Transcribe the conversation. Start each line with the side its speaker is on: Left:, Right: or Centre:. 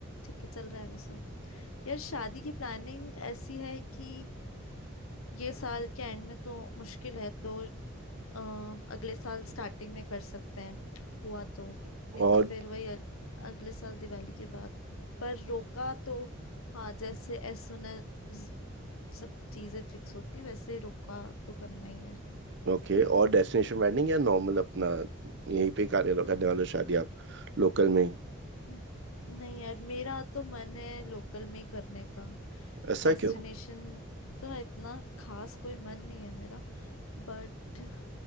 Left: ठीक है चल रहा है वो सब यार शादी की प्लानिंग ऐसी है कि ये साल के एंड में तो मुश्किल है तो अ, अगले साल स्टार्टिंग में कर सकते हैं हुआ तो नहीं
Right: और
Left: तो फिर वही अ- अगले साल दिवाली के बाद पर रोका तो हाँ जैसे एज सुन एज सब चीजें फिक्स होती वैसे रोका तो करना ही है
Right: ओके और डेस्टिनेशन वेडिंग या नॉर्मल अपना यहीं पे कार्य करने वाले हो शादी आप लोकल में ही
Left: न- नहीं यार मेरा तो मन है लोकल में ही करने का
Right: ऐसा
Left: डेस्टिनेशन
Right: क्यों
Left: का इतना खास कोई मन नहीं है मेरा बट